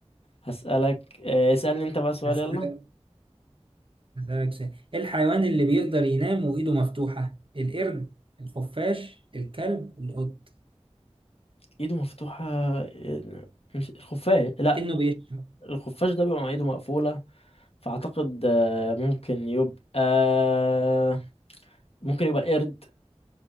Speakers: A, on the left; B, on the right.
A: هسألك آه، اسألني انت بقى سؤال
B: هسألك
A: يلا
B: هسألك سؤال إيه الحيوان اللي بيقدر ينام وإيده مفتوحة؟ القرد الخفاش الكلب القط
A: ايده مفتوحة آه، مش الخفاش لا
B: إنه بيشرب
A: الخفاش ده بيبقى مع ايده مقفولة فأعتقد آه، ممكن يبقى آه، ممكن يبقى القرد